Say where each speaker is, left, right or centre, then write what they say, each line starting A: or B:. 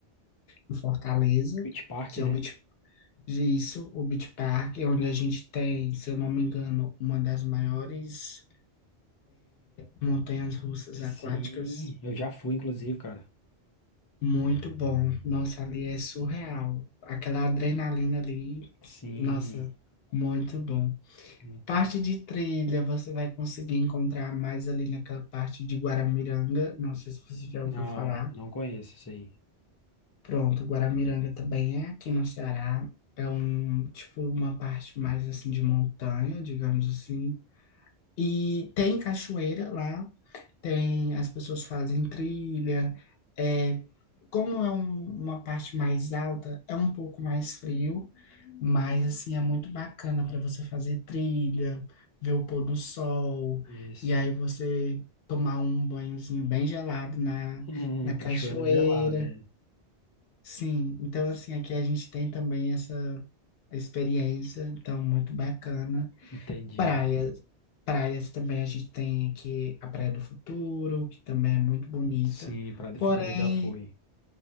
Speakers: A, on the left; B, on the left.
A: em Fortaleza,
B: Beach Park,
A: que
B: né?
A: é o Beach, isso, o Beach Park, onde a gente tem, se eu não me engano, uma das maiores montanhas-russas
B: Sim,
A: aquáticas
B: eu já fui, inclusive, cara.
A: Muito bom. Nossa, ali é surreal. Aquela adrenalina ali,
B: Sim,
A: nossa, muito bom.
B: muito.
A: Parte de trilha, você vai conseguir encontrar mais ali naquela parte de Guaramiranga. Não sei se você já
B: Não,
A: ouviu falar.
B: não conheço isso aí.
A: Pronto, Guaramiranga também é aqui no Ceará. É um, tipo, uma parte mais assim de montanha, digamos assim. E tem cachoeira lá, Tem, as pessoas fazem trilha. É, como é um- uma parte mais alta, é um pouco mais frio, mas assim é muito bacana para você fazer trilha, ver o pôr do sol,
B: Isso.
A: e aí
B: <laughs>
A: você tomar um banhozinho bem gelado na,
B: Hum,
A: na cachoeira.
B: cachoeira gelada. é.
A: Sim, então assim aqui a gente tem também essa experiência, então muito bacana.
B: Entendi.
A: Praias. Praias também a gente tem aqui a Praia do Futuro, que também é muito bonita.
B: Sim, Praia do
A: Porém,
B: Futuro já foi.